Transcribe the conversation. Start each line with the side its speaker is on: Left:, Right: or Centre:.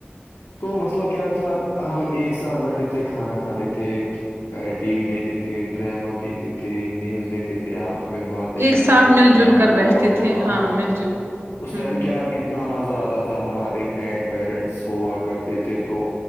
Left: تو مسئلہ کیا تھا ہم ایک ساتھ بیٹھے تھے کھانا کھاتے تھے ٹی وی دیکھتے تھے ڈرامہ دیکھتے تھے نیوز دیکھتے تھے آپ اس میں باتیں
Right: ایک
Left: کرتے
Right: ساتھ
Left: تھے
Right: مل
Left: کیا
Right: جل
Left: ہوا
Right: کر بیٹھتے تھے
Left: ہاں ہاں ہاں
Right: مل جل کر
Left: اس ٹائم
Right: ہ
Left: کیا کتنا مزہ آتا تھا ہمارے گرینڈ پیرنٹس ہوا کرتے تھے تو